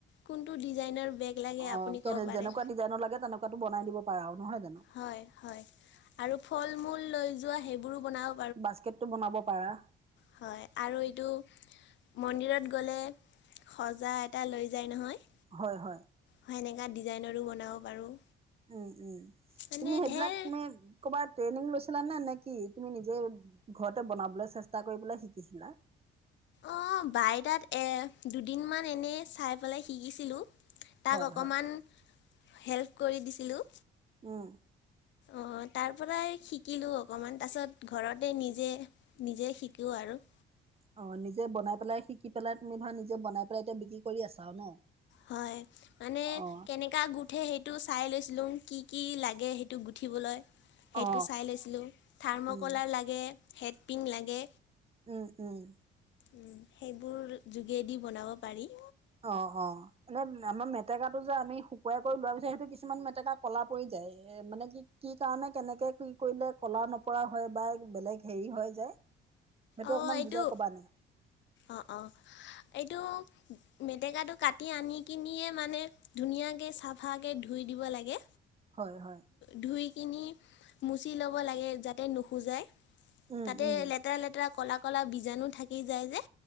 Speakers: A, on the left; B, on the right.
A: কোনটো ডিজাইনৰ বেগ। লাগে
B: অ',
A: আপুনি
B: কেনে
A: ক'ব পাৰে
B: যেনেকুৱা ডিজাইনৰ লাগে তেনেকুৱাতো বনাই দিব পাৰা আৰু নহয় জানোঁ?
A: হয়- হয় আৰু ফল মূল লৈ যোৱা সেইবোৰো বনাও।
B: বাস্কেটটো বনাব পাৰা।
A: হয় আৰু এইটো মন্দিৰত গ'লে সজা এটা লৈ যায় নহয়।
B: হয়- হয়।
A: সেনেকা ডিজাইনৰো বনাব পাৰোঁ।
B: উম- উম
A: মানে
B: তুমি সেইবিলাক
A: ঢেৰ
B: তুমি ক'বাত ট্ৰেইনিং লৈছিলা নে, নে কি তুমি নিজে ঘৰতে বনাবলৈ চেষ্টা কৰি পেলাই শিকিছিলা?
A: অ, বাই তাত এ দুদিনমান এনে চাই পেলাই শিকিছিলোঁ। তাক
B: হয়
A: অকণমান
B: হয়
A: হেল্প কৰি দিছিলোঁ।
B: উম।
A: অ' তাৰ পৰাই শিকিলো অকমান, তাৰপিছত ঘৰতে নিজে নিজে শিকোঁ আৰু।
B: অ, নিজে বনাই পেলাই, শিকি পেলাই তুমি ধৰা নিজে বনাই পেলাই, এতিয়া বিক্ৰী কৰি আছা আৰু ন?
A: হয়। মানে
B: অ
A: কেনেকে কা গুঠে সেইটো চাই লৈছিলোঁ। কি কি লাগে সেইটো গুঠিবলৈ।
B: অ
A: সেইটো চাই লৈছিলোঁ, থাৰ্ম
B: উম
A: কলাৰ লাগে হেডপিন লাগে।
B: উম, উম।
A: উম, সেইবোৰ যোগেদি বনাব পাৰি।
B: অ-অ। এনে আমাৰ মেটেকাটো যে আমি শুকুৱাই কৰি লোৱাৰ পিছত সেইটো কিছুমান মেটেকা ক'লা পৰি যায়। এ মানে কি কি কাৰণে কেনেকে কি কৰিলে কলা নপৰা হয় বা বেলেগ হেৰি হয় যায়? <inaudible>
A: অ,
B: অকমান
A: এইটো
B: বুজাই কবা নে?
A: অ-অ এইটো মেটেকাটো কাটি আনি কিনিয়ে মানে ধুনীয়াকৈ চাফাকৈ ধুই দিব লাগে।
B: হয়, হয়।
A: ধুই কিনে মুচি ল'ব লাগে, যাতে নুসুযাই,
B: উম
A: তাতে
B: উম
A: লেতে তেৰা লেতেৰা ক'লা- ক'লা বীজাণু থাকি যায় যে।